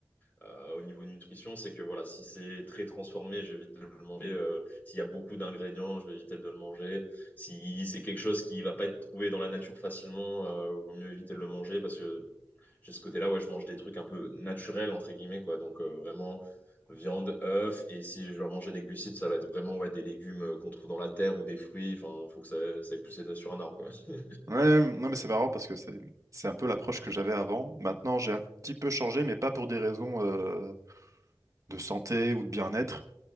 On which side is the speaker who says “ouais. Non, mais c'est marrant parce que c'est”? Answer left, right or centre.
Right